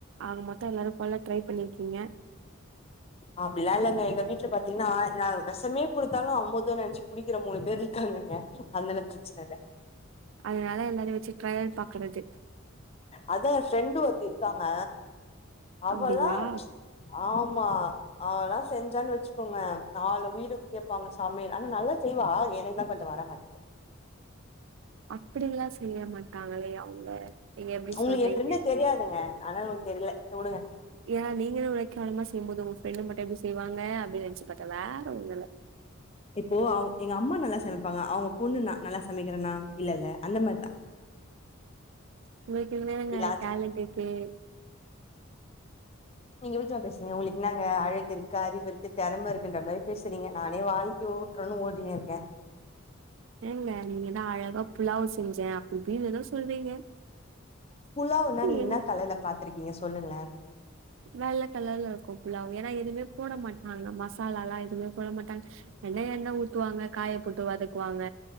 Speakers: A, on the right; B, on the left.
A: அவுங்க மொத்த எல்லாரு போல ட்ரை பண்ணிருக்கீங்க
B: அப்டில்லா இல்லைங்க எங்க வீட்ல பாத்தீங்கன்னா நா வெஷமே குடுத்தாலு அமுதோ நெனைச்சி குடிக்கிற மூணு பேரு இருக்காங்க அதனால பிரச்சன இல்ல
A: அதனால எல்லாரையு வச்சி ட்ரையல் பாக்குறது
B: அத்தா எ ப்ரெண்டு ஒருத்தி இருக்காங்க அவலா
A: அப்டிங்களா
B: ஆமா அவலா செஞ்சான்னு வச்சிக்கோங்க நாலு வீடுக் கேப்பாங்க சமையல் ஆனா நல்லா செய்வா எனக்கு தா கொஞ்ச வர மாட்டேது
A: அப்டில்லா செய்ய மாட் டாங்களே அவுங்க நீங்க எப்டி
B: உங்களுக்கு
A: சொல்றீங்க
B: எ ஃப்ரெண்டு தெரியாதுங்க ஆனா உங்ளுக்கு தெரில உடுங்க
A: ஏனா நீங்கலா உழக்காலமா செய்யும்போது உங்க ப்ரெண்டு மட்டு எப்டி செய்வாங்க அப்டின்னு நெனைச்சு பாத்தே வேற ஒண்ணுல்ல
B: இப்போ அவு எங்க அம்மா நல்லா சமைப்பாங்க அவுங்க பொண்ணு நா நல்லா சமைக்கிறேனா இல்லல்ல அந்த மாரிதா
A: உங்களுக்கு உண்மையாலுங்க
B: இப்டி லாஜிக்
A: டாலண்ட் இருக்கே
B: நீங்க வீட்ல வந்து பேசுங்க உங்களுக்கு இன்னான்னு வா அழகு இருக்கு அறிவு இருக்கு திறம இருக்குன்ற மாரி பேசுறீங்க நானே வாழ்க்கை ஓட்றோன்னு ஓட்டினு இருக்கே
A: ஏங்க நீங்கதா அழகா புலாவ் செஞ்சே அப்டிஇப்டின்னு ஏதோ சொல்றீங்க
B: புலாவ்னா நீங்கன்னா
A: எங்க
B: கலர்ல பாத் திருக்கீங்க சொல்லுங்களே
A: வெள்ள கலர்ல இருக்கு புலாவ் ஏன்னா எதுவுமே போட மாட்டாங்க மசாலாலா எதுவுமே போட மாட்டாங்க என்ன எண்ண ஊத்துவாங்க காய போட்டு வதக்குவாங்க